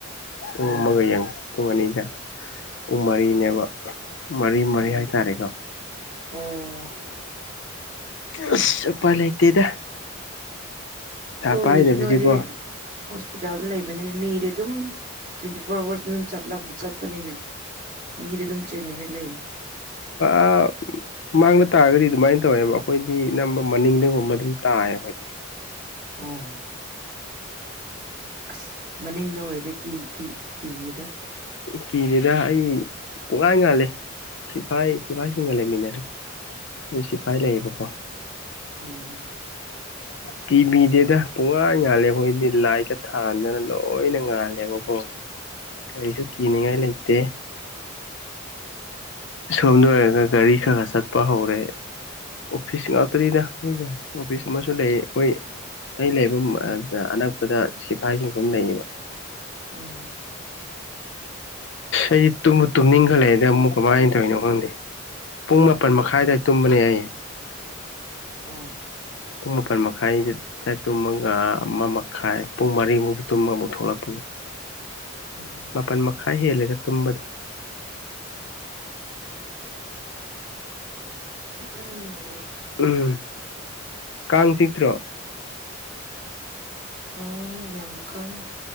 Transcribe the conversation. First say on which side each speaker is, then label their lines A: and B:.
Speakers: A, on the left; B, on the right.
A: ꯄꯨꯡ
B: ꯑꯣ
A: ꯑꯃꯒ ꯌꯦꯡꯉꯨ ꯄꯨꯡ ꯑꯅꯤꯗ ꯄꯨꯡ ꯃꯔꯤꯅꯦꯕ ꯃꯔꯤ ꯃꯔꯤ
B: ꯎꯝ
A: ꯍꯥꯏꯇꯥꯔꯦꯀꯣ
B: ꯑꯣ
A: ꯆꯁ ꯎꯄꯥꯏ ꯂꯩꯥꯇꯦꯗ
B: ꯑꯗꯨ ꯑꯣꯏꯔꯁꯨ
A: ꯄꯥꯏꯗꯕꯁꯤꯀꯣ
B: ꯅꫭꯏꯗꯤ ꯍꯣꯁꯄꯤꯇꯥꯜꯗ ꯂꯩꯕꯅꯤꯅ ꯃꯤꯗꯤ ꯑꯗꯨꯝ ꯇꯌꫭꯟꯇꯤ ꯐꯣꯔ ꯑꯋꯥꯔꯁꯇ ꯑꯗꯨꯝ ꯆꯠꯂꯝ ꯆꯠꯄꯅꯤꯅ ꯃꯤꯗꯤ ꯑꯗꯨꯝ ꯆꯤꯟꯅꯤꯡꯉꯥꯏ ꯂꯩꯕꯅꯦ
A: ꯑ ꯃꯥꯡꯗ ꯇꯥꯔꯒꯗꯤ ꯑꯗꯨꯃꯥꯏ ꯇꯧꯋꯦꯕ ꯑꯩꯈꯣꯏꯗꯤ ꯑꯅꯝꯕ ꯃꯅꯤꯡꯗꯒꯨꯝꯕ ꯑꯗꯨꯝ ꯇꯥꯏꯌꯦ ꯑꯩꯈꯣꯏꯗꯤ
B: ꯎꯝ ꯑꯁ ꯃꯅꯤꯡꯗ ꯑꫭꯏꯔꯗꯤ ꯀꯤ ꯀꯤ ꯀꯤꯗ
A: ꯀꯤꯗꯦꯗ ꯑꯩ ꯄꯨꯛꯉꯥꯟ ꯉꯥꯜꯂꯦ ꯁꯤꯐꯥꯏ ꯁꯤꯐꯥꯏꯁꯤꯡꯒ ꯂꯩꯃꯤꯟꯅꯔꯤ ꯁꯤꯗ ꯁꯤꯐꯥꯏ ꯂꯩꯌꯦꯕꯀꯣ
B: ꯎꯝ
A: ꯀꯤꯕꯤꯗꯦꯗ ꯄꯨꯡꯉꯥꯟ ꯉꯥꯜꯂꯦ ꯑꯩꯈꯣꯏꯗꯤ ꯂꯥꯏꯠꯀ ꯊꯥꯟꯗꯅ ꯂꯣꯏꯅ ꯉꯥꯜꯂꯦꯕꯀꯣ ꯀꯔꯤꯁꯨ ꯀꯤꯅꯤꯡꯉꯥꯏ ꯂꯩꯇꯦ ꯁꯣꯝꯗ ꯑꯣꯏꯔꯒ ꯒꯥꯔꯤ ꯈꯒ ꯆꯠꯄ ꯍꯧꯔꯦ ꯑꯣꯐꯤꯁ ꯉꯥꯛꯇꯅꯤꯗ ꯑꯗꯨꯅꯅꯦ ꯑꯣꯐꯤꯁ ꯑꯃꯁꯨ ꯂꯩꯌꯦ ꯑꯩꯈꯣꯏ ꯑꯩ ꯂꯩꯕ ꯑꯅꯛꯄꯗ ꯁꯤꯐꯥꯏꯁꯤꯡꯁꯨ ꯗꯨꯝ ꯂꯩꯌꯦꯕ
B: ꯎꯝ
A: ꯑꯩ ꯇꯨꯝꯃꯨ ꯇꯨꯝꯅꯤꯡꯈꯠꯂꯛꯑꯩꯗ ꯑꯃꯨꯛ ꯀꯃꯥꯏ ꯇꯧꯅꯣ ꯈꯪꯗꯦ ꯄꯨꯡ ꯃꯥꯄꯜ ꯃꯈꯥꯏꯗ ꯇꯨꯝꯕꯅꯦ ꯑꯩ
B: ꯎꯝ
A: ꯄꯨꯡ ꯃꯥꯄꯟ ꯃꯈꯥꯏꯗ ꯉꯁꯥꯏ ꯇꯨꯝꯃꯒ ꯑꯃ ꯃꯈꯥꯏ ꯄꯨꯡ ꯃꯔꯤꯃꯨꯛ ꯇꯨꯝꯃꯃꯨꯛ ꯊꯣꯛꯂꯛꯄꯅꯤ
B: ꯎꯝ
A: ꯃꯥꯄꯜ ꯃꯈꯥꯏ ꯍꯦꯜꯂꯦꯗ ꯇꯨꯝꯕꯗ
B: ꯎꯝ
A: ꯎꯝ ꯀꯥꯡ ꯆꯤꯛꯇ꯭ꯔꯣ
B: ꯑꯣ ꯌꯥꯝꯀꯥꯡ